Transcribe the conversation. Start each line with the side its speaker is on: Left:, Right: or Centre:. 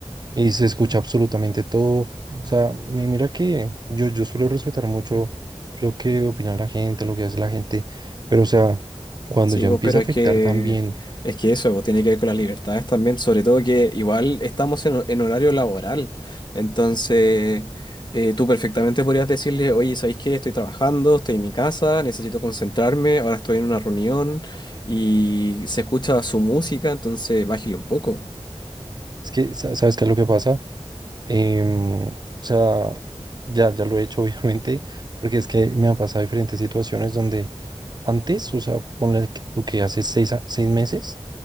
Right: y se escucha absolutamente todo, o sea, mi- mira que yo, yo suelo respetar mucho lo que opina la gente, lo que hace la gente, pero o sea, cuando
Left: Sí,
Right: ya
Left: vos,
Right: empieza
Left: pero
Right: a
Left: es
Right: afectar
Left: que
Right: también...
Left: es que eso vos, tiene que ver con las libertades también, sobre todo que igual estamos en, ho- en horario laboral. Entonces, eh, tú perfectamente podrías decirle, oye, ¿sabéis qué? Estoy trabajando, estoy en mi casa, necesito concentrarme, ahora estoy en una reunión y se escucha su música, entonces bájale un poco,
Right: Es que, sa- ¿sabes qué es lo que pasa? Em, o sea, ya, ya lo he hecho, <laughs> obviamente, porque es que me han pasado diferentes situaciones donde antes, o sea, ponle que- tú que hace seis, a- seis meses,